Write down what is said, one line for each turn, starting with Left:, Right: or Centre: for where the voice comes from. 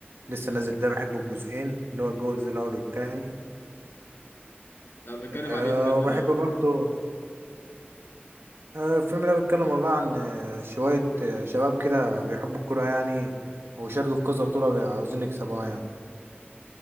Right: لسه نازل ده بحبه الجزئين اللي هو الجزء الاول والتاني
Left: طب بيتكلم
Right: أه
Left: عن ايه الفيلم
Right: وبحب
Left: ده
Right: برضو أه الفيلم ده بيتكلم والله عن آه، شويه آه، شباب كده بيحبوا الكوره يعني وشاركوا في كذا بطوله عاوزين يكسبوها يعني